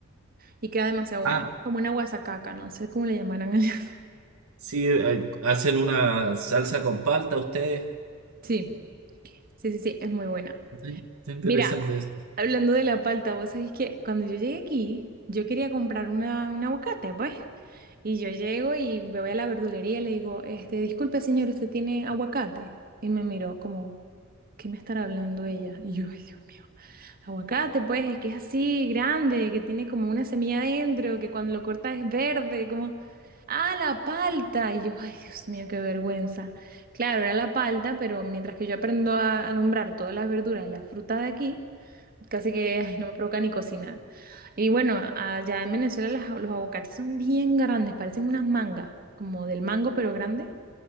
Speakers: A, on the right; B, on the right.
A: y queda demasiado buena,
B: Ah,
A: como una guasacaca, no sé cómo le llamarán allá. <laughs>
B: sí, eh, hacen una salsa con palta ustedes.
A: Sí, sí, sí, sí, es muy buena.
B: Está está interesante
A: Mira,
B: eso.
A: hablando de la palta, vos sabés que cuando yo llegué aquí, yo quería comprar una, un aguacate, pues. Y yo llego y me voy a la verdulería y le digo, este, disculpe señor, ¿usted tiene aguacate? Y me miró como, ¿Qué me estará hablando ella? Y yo, ay, Dios mío, aguacate, pues, es que es así, grande, que tiene como una semilla adentro, que cuando lo cortas es verde, como, ah, la palta. Y yo, ay, Dios mío, qué vergüenza. Claro, era la palta, pero mientras que yo aprendo a, a nombrar todas las verduras y las frutas de aquí, casi que ay, no me provoca ni cocinar. Y bueno, allá en Venezuela las- los aguacates son bien grandes, parecen unas mangas, como del mango, pero grande.